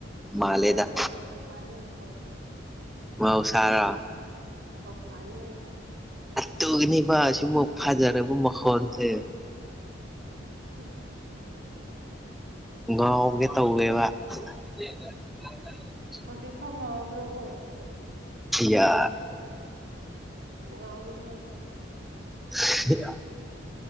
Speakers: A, in the centre; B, on the right (about 60°).
A: ꯃꯥꯜꯂꯦꯗ
B: ꯅꯠꯇꯦ ꯃꯍꯧꯁꯥꯅꯤ ꯃꯍꯧꯁꯥ
A: ꯃꯍꯧꯁꯥꯔꯥ
B: ꯃꯍꯧꯁꯥꯅꯦ
A: ꯇꯨꯅꯤꯕ ꯁꯤꯒꯨꯝꯕ ꯐꯖꯔꯕ ꯃꯈꯣꯟꯁꯦ
B: <unintelligible>
A: ꯉꯥꯎꯒꯦ ꯇꯧꯋꯦꯕ <unintelligible> <unintelligible>
B: ꯍꯧꯖꯤꯛꯐꯥꯎ ꯉꯥꯎꯗ꯭ꯔꯕꯣ
A: ꯑꯌꯥ
B: ꯉꯥꯎꯔꯣꯍꯦ
A: <unintelligible>